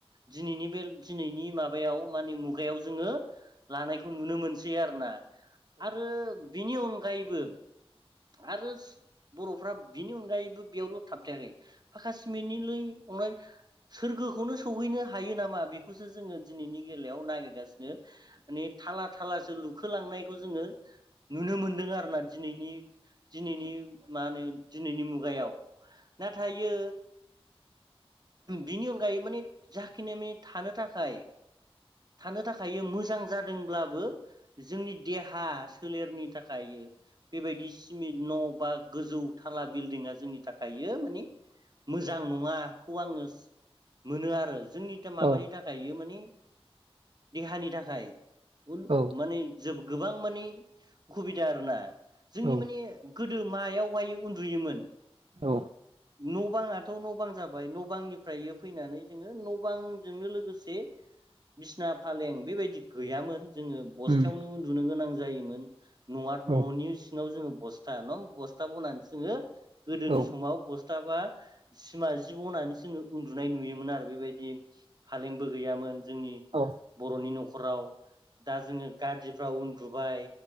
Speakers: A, on the right; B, on the right.
A: दिनैनि बे दिनैनि माबायाव माने मुगायाव जोङो लानायखौ नुनो मोनसै आरोना आरो बिनि अन <unintelligible> आरो बर'फ्रा बिनि अनगायैबो बेयावल' थाबथायाखै फाखा सिमेन्टनिलै अननाय सोरगोखौनो सौहैनो हायो नामा बेखौसो जोङो दिनैनि बेलायाव नागिरगासिनो । माने थाला थालासो लु खोलांनायखौ जोङो नुनो मोनदों आरोना । दिनैनि दिनैनि मा होनो दिनैनि मुगायाव नाथायो बिनि अनगायै माने जाखिनि माने थानो थाखाय थानो थाखायो मोजां जादोंब्लाबो जोंनि देहा सोलेरनि थाखायो बेबायदि सिमिट न' बा गोजौ थाला बिल्डिंआ जोंनि थाखायो माने मोजां नङाखौ आङो मोनो आरो । जोंनि दा माबानि
B: औ
A: थाखायो माने देहानि थाखाय उल
B: औ
A: माने जोबो गोबां माने खुबिदा आरोना जोंनि
B: औ
A: माने गोदो मायावहाय उन्दुयोमोन?
B: औ
A: न' बाङाथ' न' बां जाबाय न' बांनिफ्रायो फैनानै जोङो न' बांजोंनो लोगोसे बिसना फालें बेबायदि गैयामोन। जोङो बस्थायावनो
B: उम
A: उन्दुनो गोनां जायोमोन। न'आ
B: औ
A: न'नि सिङाव जोङो बस्था नं बस्था बनानसो जोङो गोदोनि
B: औ
A: समाव बस था बा सिमा जिब होननानै जोङो उन्दुनाय नुयोमोन आरो बेबायदि फालेंबो गैयामोन जों
B: औ
A: बर'नि न' खराव दा जोङो गादिफ्राव उन दुबाय